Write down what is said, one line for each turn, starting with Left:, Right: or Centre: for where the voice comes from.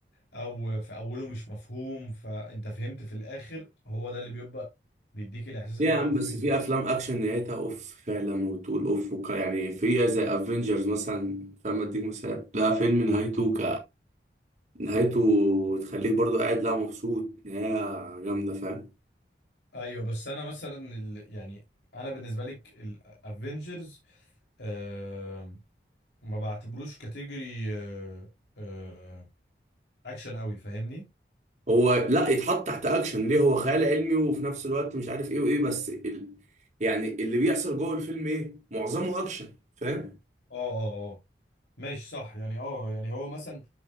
Left: او في اوله مش مفهوم فانت فهمت في الاخر هو ده اللي بيبقى بيديك الاحساس اللي
Right: يا
Left: هو
Right: عم
Left: اوف
Right: بس
Left: ايه ده
Right: في افلام اكشن نهايتها اوف فعلا وتقول اوف وك يعني في زي افنجرز مثلا فاهم اديك مثال لا فيلم نهايته ك نهايته تخليك برضو قاعد لا مبسوط نهاية جامدة فاهم
Left: ايوه بس انا مثلا ال... يعني انا بالنسبه لك الافنجرز آه ما بعتبروش كاتيجوري آه آه اكشن قوي فاهمني
Right: هو لا يتحط تحت اكشن ليه هو خيال علمي وفي نفس الوقت مش عارف ايه وايه بس ال... يعني اللي بيحصل جوه الفيلم ايه معظمه اكشن فاهم
Left: اه اه اه ماشي صح يعني اه يعني هو مثلا